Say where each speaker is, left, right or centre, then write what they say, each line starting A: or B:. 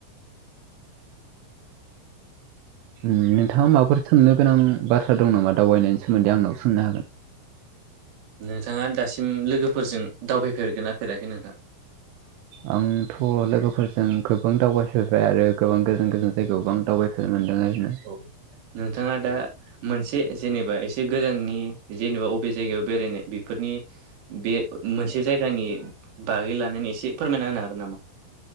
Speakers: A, on the right; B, on the right.
A: नोंथाङा माफोर सोंनो गोनां बाथ्रा दं नामा दावबायनायनि सोमोन्दै आंनाव सोंनो हागोन।
B: नोंथाङा दासिम लोगोफोरजों दावबायफेरगोन ना फेराखै नोंथां? <inaudible>
A: आंथ' लोगोफोरजों गोबां दावबायफेरबाय आरो गोबां गोजान गोजान जायगायावबो आं दावबायफेरनो मोनदों आरोना।
B: औ नोंथाङा दा मोनसे जेनेबा एसे गोजाननि जेनेबा अबे जायगायाव बेरायनाय बेफोरनि बे मोनसे जायगानि बागै लानानै एसे फोरमायना होनो हागोन नामा?